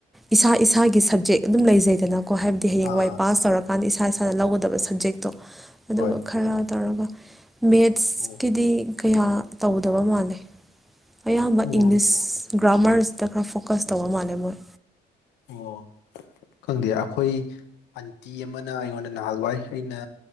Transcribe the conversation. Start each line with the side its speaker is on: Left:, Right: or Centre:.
Centre: ꯏꯁꯥ ꯏꯁꯥꯒꯤ ꯁꯞꯖꯦꯛ ꯑꯗꯨꯝ ꯂꯩꯖꯩꯗꯅ ꯀꯣ ꯍꯥꯏꯕꯗꯤ ꯍꯌꯦꯡꯋꯥꯏ
Left: ꯑꯥ
Centre: ꯄꯥꯁ ꯇꯧꯔꯀꯥꯟꯗ ꯏꯁꯥ ꯏꯁꯥꯅ ꯂꯧꯒꯗꯕ ꯁꯞꯖꯦꯛꯇꯣ ꯑꯗꯨꯒ
Left: ꯍꯣꯏ
Centre: ꯈꯔ ꯇꯧꯔꯒ ꯃꯦꯠꯁ
Left: ꯑꯣꯝ
Centre: ꯗꯤ ꯀꯌꯥ ꯇꯧꯗꯕ ꯃꯥꯜꯂꯦ ꯑꯌꯥꯝꯕ
Left: ꯑꯣ
Centre: ꯏꯪꯂꯤꯁ ꯒ꯭ꯔꯥꯝꯃꯔꯁꯤꯗ ꯈꯔ ꯐꯣꯀꯁ ꯇꯧꯕ ꯃꯥꯜꯂꯦ ꯃꯣꯏ
Left: ꯑꯣ ꯈꯪꯗꯦ ꯑꯩꯈꯣꯏ ꯑꯟꯇꯤ ꯇꯤ ꯑꯃꯅ ꯑꯩꯉꯣꯟꯗ ꯅꯍꯥꯟꯋꯥꯏ ꯑꯩꯅ